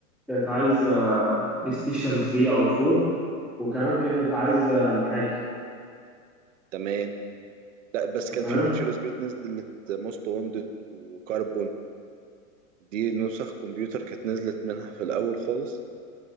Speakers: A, in the centre; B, on the right.
A: كانت عايزة بلاي ستيشن 3 أو 4 وكمان كانت عايزة محاكي
B: تمام لا بس كان
A: انت فاهم
B: في نيد فور سبيد نزلت موست واندد وكاربون دي نسخ كمبيوتر كانت نزلت منها في الاول خالص